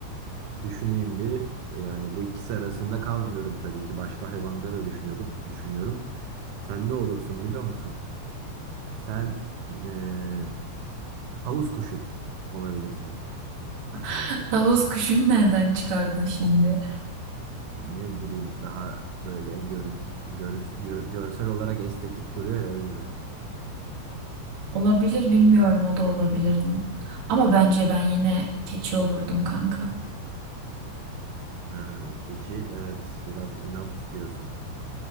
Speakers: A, on the right; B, on the right.
A: Düşüneyim bir. E, Yani bu ikisi arasında kalmıyorum tabii ki. Başka hayvanları da düşünüyordum, düşünüyorum. Sen ne olursun biliyor musun? Sen e, tavus kuşu olabilirsin belki.
B: <laughs> Tavus kuşunu nereden çıkardın şimdi?
A: Ne bileyim daha böyle görün, görüş, gör- görsel olarak estetik duruyor ya o yüzden.
B: Olabilir bilmiyorum o da olabilirdim. Ama bence ben yine keçi olurdum kanka.
A: Ha, keçi evet biraz inat diyorsun.